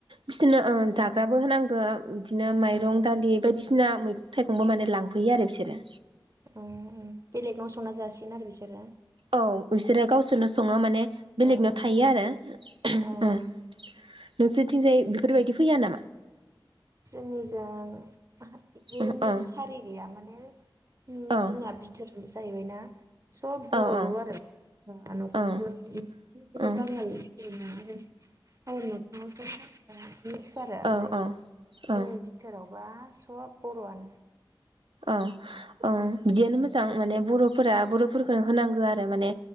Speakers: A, on the right (about 85°); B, on the right (about 40°).
A: बिसोरनो ओ जाग ग्राबो होनांगौ इदिनो माइरं
B: ओं
A: दालि बायदिसिना मैगं थाइगंबो माने लांफैयो आरो बिसोरो
B: अ ओम बेलेगनाव संना जासिगोन आरो बिसोरो
A: औ बिसोरो गावसोरनो सङो माने बेलेगनाव
B: ओं
A: थायो आरो ओ
B: ओं
A: नोंसोरथिंजाय बेफोरबायदि फैया नामा?
B: जोंनिजों ओहो बिदि
A: औ
B: मिक्स
A: औ
B: सारि गैया माने
A: औ
B: जोंना बिथोर जाहैबायना सब बर'ल'
A: औ
B: आरो होम न'खरबो
A: औ औ
B: <unintelligible>
A: औ
B: बांगालिफोर ना आरो टाउन मोखाङावथ' हारसा मिक्स आरो
A: औ
B: ओमफ्राय
A: औ औ
B: जोंनि बिथोराव दावबा सब बर'आनो
A: ओं ओं बिदियानो मोजां माने बर'फोरा
B: ओं
A: बर'फोरखौनो होनांगौ आरो माने